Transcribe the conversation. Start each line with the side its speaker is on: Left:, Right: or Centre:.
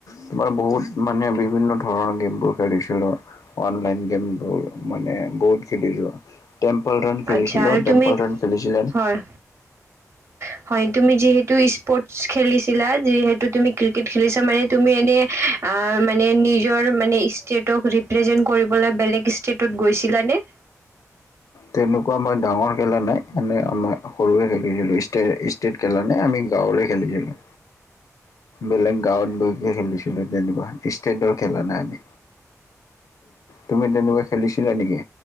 Left: তোমাৰ বহুত মানে বিভিন্ন ধৰণৰ গেমবোৰ খেলিছিলো অনলাইন গেমবোৰ মানে বহুত খেলিছো। টেম্পল ৰান খেলিছিলো।
Right: আচ্ছা আৰু তুমি
Left: খেলিছিলানে?
Right: হয় <unintelligible> হয় তুমি যিহেতু স্পৰ্টচ খেলি যিহেতু তুমি ক্ৰিকেত খেলিছা মানে তুমি এনে মানে নিজৰ মানে ষ্টেটক ৰিপ্ৰেজেন্ কৰিবলৈ বেলেগ ষ্টেটত গৈছিলানে?
Left: তেনেকুৱা মই ডাঙৰ খেলা নাই এনে আম সৰুৱে খেলিছিলোঁ ষ্টে-ষ্টেট খেলা নাই আমি গাঁৱৰে খেলিছিলোঁ। বেলেগ
Right: আচ্ছা,
Left: গাঁৱত গৈ খেলিছো। তেনেকুৱা ষ্টেডৰ খেলা নাই আমি তুমি তেনেকুৱা খেলিছিলা নেকি?